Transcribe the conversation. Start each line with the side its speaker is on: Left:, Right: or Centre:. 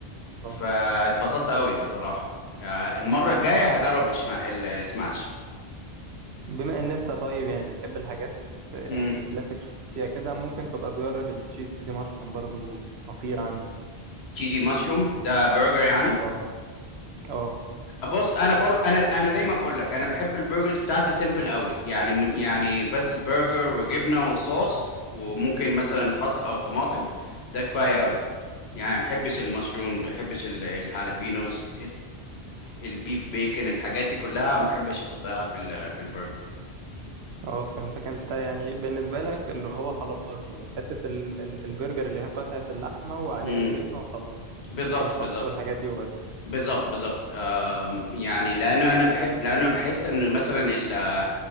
Right: اه
Left: فاتبسطت قوي بصراحة آه، المرة الجاية هجرب الشما... السماش
Right: بما ان انت طيب يعني بتحب الحاجات يعني
Left: امم
Right: كلاسيك شوية كده ممكن تبقى تجرب التشيزي مشروم برضو خطير عنده
Left: جي مشروم ده برجر يعني
Right: اه اه
Left: بص انا برضه انا انا دايما بقول لك انا بحب البرجرز بتاعتي سيمبل قوي يعني من يعني بس برجر وجبنه وصوص وممكن مثلا خس او طماطم ده كفايه قوي يعني ما بحبش المشروم ما بحبش ال- الهالبينوز البيف بيكن الحاجات دي كلها ما بحبش احطها في ال- في البرجر
Right: اه فهمتك انت يعني بالنسبة لك اللي هو خلاص يعني حتة ال ال البرجر اللي هي قطعة اللحمة وعليها
Left: امم
Right: الجبنة وخلاص
Left: بالظبط
Right: والخس
Left: بالظبط
Right: والحاجات دي وبس يعني
Left: بالظبط بالظبط آم، يعني لانه انا بحب لانه بحس ان مثلا ال-